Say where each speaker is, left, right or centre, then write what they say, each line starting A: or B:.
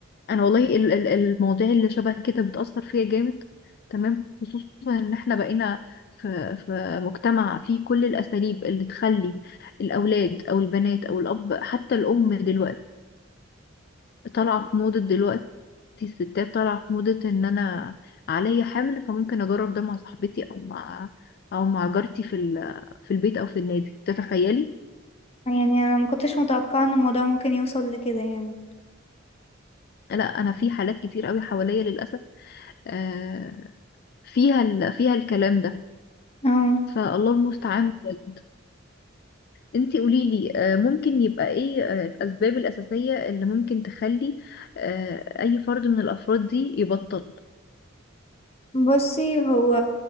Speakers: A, on the left (about 50°); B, on the left (about 30°).
A: أنا والله ال- ال- المواضيع اللي شبه كده بتأثر فيا جامد تمام خصوصا إن إحنا بقينا في في مجتمع فيه كل الأساليب اللي تخلي الأولاد أو البنات أو الأب حتى الأم دلوقتي طالعة في موضة دلوقتي الستات طالعة في موضة ان انا عليا حمل فممكن اجرب ده مع صاحبتي او مع او مع جارتي في ال- في البيت او في النادي تتخيلي
B: يعني انا ما كنتش متوقعه ان الموضوع ممكن يوصل لكده يعني
A: لا انا في حالات كتير قوي حواليا للاسف آه، فيها ال- فيها الكلام ده
B: اه
A: فالله المستعان بجد انتي قولي لي آه، ممكن يبقى ايه آه، الاسباب الاساسية اللي ممكن تخلي آه، اي فرد من الافراد دي يبطل
B: بصي هو